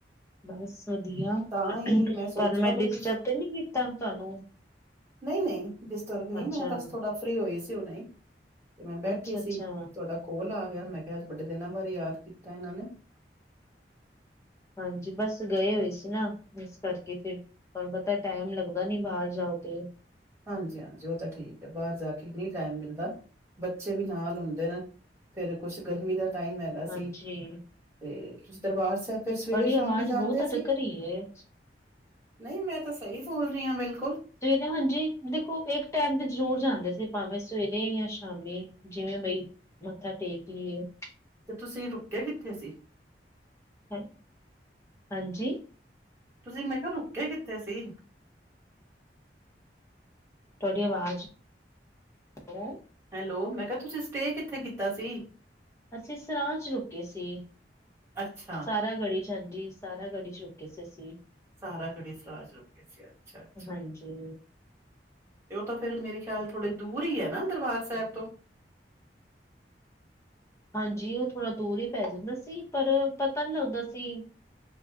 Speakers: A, on the left; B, on the right.
A: ਬਸ ਵਧੀਆ।
B: ਤਾਂ
A: ਤੁਹਾਨੂੰ
B: ਹੀ ਸੋਚਿਆ
A: ਮੈਂ ਡਿਸਟਰਬ
B: ਬਈ ਤੁ
A: ਤੇ ਨੀ ਕੀਤਾ। ਤੁਹਾਨੂੰ
B: ਨਹੀਂ- ਨਹੀਂ। ਡਿਸਟਰਬ ਨਹੀਂ
A: ਅੱਛਾ
B: ਮੈਂ ਬਸ ਥੋੜਾ ਫ੍ਰਰੀ ਹੋਈ ਸੀ ਤੇ ਮੈਂ ਬੈਠੀ
A: ਅੱਛਾ
B: ਸੀ
A: ਅੱਛਾ
B: ਥੋਡਾ ਕੋਲ ਆ ਗਿਆ ਮੈਂ ਕਿਹਾ ਵੱਡੇ ਦਿਨਾਂ ਬਾਰੇ ਯਾਦ ਕੀਤਾ ਇਹਨਾਂ ਨੇ।
A: ਹਾਂਜੀ। ਪੋ ਬਸ ਗਏ ਹੋਏ ਸੀ ਨਾ ਇਸ ਕਰਕੇ ਫਿਰ ਪਰ ਪਤਾ ਟਾਈਮ ਲੱਗਦਾ ਨੀ ਬਾਹਰ ਜਾਓ ਤੇ।
B: ਹਾਂਜੀ- ਹਾਂਜੀ ਉਹ ਤਾਂ ਠੀਕ ਹੈ। ਬਾਹਰ ਜਾ ਕੇ ਨਹੀਂ ਟਾਈਮ ਮਿਲਦਾ ਬੱਚੇ ਵੀ ਨਾਲ ਹੁੰਦੇ ਨੇ। ਫਿਰ ਕੁਛ ਗਰਮੀ ਦਾ ਟਾਈਮ ਹੈਗਾ
A: ਹਾਂਜੀ
B: ਸੀ ਤੇ ਤੁਸੀਂ ਦਰਬਾਰ ਸਾਹਿਬ ਫਿਰ
A: ਤੁਹਾਡੀ
B: ਸਵੇਰੇ ਸ਼ਾਮੀ
A: ਆਵਾਜ਼
B: ਜਾਂਦੇ
A: ਬਹੁਤ ਅਟਕ
B: ਸੀ।
A: ਰਹੀ ਹੈ
B: ਨਹੀਂ ਮੈਂ ਤਾਂ ਸਹੀ ਬੋਲ ਰਹੀ ਹਾਂ। ਬਿਲਕੁਲ
A: ਸਵੇਰੇ ਹਾਂਜੀ ਦੇਖੋ ਇੱਕ ਟਾਈਮ ਤੇ ਜ਼ਰੂਰ ਜਾਂਦੇ ਸੀ ਭਾਵੇਂ ਸਵੇਰੇ ਸਰੇ ਜਾਂ ਸ਼ਾਮੀ ਜਿਵੇਂ ਬਈ ਮੱਥਾ ਟੇਕ ਲਈਏ।
B: ਤੇ ਤੁਸੀਂ ਰੁਕਿਆ ਕਿੱਥੇ ਸੀ।
A: ਹੈ ਹਾਂਜੀ।
B: ਤੁਸੀਂ ਮੈਂ ਕਿਹਾ ਰੁਕੇ ਕਿੱਥੇ ਸੀ।
A: ਤੁਹਾਡੀ ਆਵਾਜ਼। ਹੈ।
B: ਹੈਲੋ ਮੈਂ ਕਿਹਾ ਤੁਸੀਂ ਸਟੇ ਕਿੱਥੇ ਕੀਤਾ ਸੀ।
A: ਅਸੀਂ ਸਰਾਂ ਚ ਰੁਕੇ ਸੀ
B: ਅੱਛਾ
A: ਸਾਰੇ। ਸਾਰਾ ਗੜੀ ਚ ਹਾਂਜੀ ਸਾਰਾ ਗੜੀ ਚ ਰੁਕੇ ਸੀ ਅਸੀਂ।
B: ਸਾਰਾ ਘੜੀ ਸਲਾਜ ਰੁਕੀ ਸੀ ਅੱਛਾ ਅੱਛਾ।
A: ਹਾਂਜੀ
B: ਉਹ ਤਾਂ ਫਿਰੇ ਮੇਰੇ ਖਿਆਲ ਥੋੜੇ ਦੂਰ ਹੀ ਹੈ ਨਾ ਦਰਬਾਰ ਸਾਹਿਬ ਤੋਂ।
A: ਹਾਂਜੀ ਉਹ ਥੋੜ੍ਹਾ ਦੂਰ ਹੀ ਪੈ ਜਾਂਦਾ ਸੀ ਪਰ ਪਤਾ ਨਹੀਂ ਲੱਗਦਾ ਸੀ।